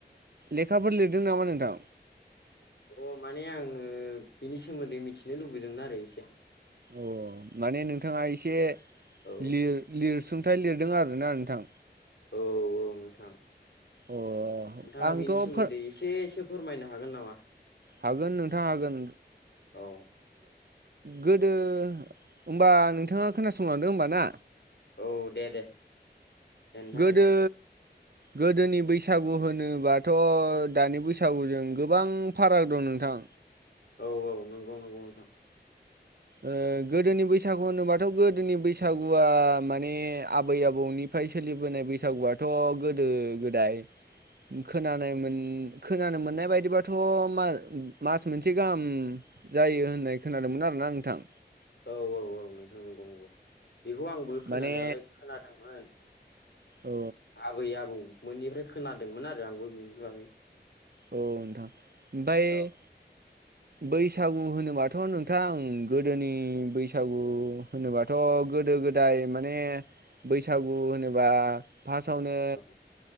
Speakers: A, on the right; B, on the left.
A: लेखाफोर लिरदों नामा नोंथां?
B: अ माने आङो बिनि सोमोन्दै मिथिनो लुबैदोंमोन आरो एसे
A: अ माने नोंथाङा एसे
B: औ
A: लिर लिरसुंथाइ लिरदों आरो मोना नोंथां
B: औ औ नोंथां नोंथाङा
A: अ आंथ'
B: बेनि सोमोन्दै
A: फोर
B: एसे एसे फोरमायनो हागोन नामा
A: हागोन नोंथां हागोन
B: औ
A: गोदो होमबा नोंथाङा खोनासंलांदो होमबा ना
B: औ दे दे नोंथां
A: गोदो
B: दे
A: गोदोनि बैसागु होनोबाथ' दानि बैसागुजों गोबां फाराग दं नोंथां
B: औ औ नंगौ नंगौ नोंथां <inaudible>
A: ओ गोदोनि बैसागु होनोबाथ' गोदोनि बैसागुआ माने आबै आबौनिफ्राय सोलिबोनाय बैसागुआथ' गोदो गोदाय खोनानाय मोन खोनानो मोननाय बायदिबाथ' म मास मोनसे गाहाम जायो होननाय खोनादोंमोन आरोना नोंथां
B: औ औ औ नोंथां नंगौ नंगौ बेखौ आंबो खोनानायालाय
A: माने
B: खोनादोंमोन
A: औ
B: आबै आबौमोननिफ्राय खोनादोंमोन आरो आंबो बेनि बागै
A: औ नोंथां ओमफाय
B: औ
A: बैसागु होनोबाथ' नोंथां गोदोनि बैसागु होनोबाथ' गोदो गोदाय माने बैसागु होनोबा फासआवनो
B: औ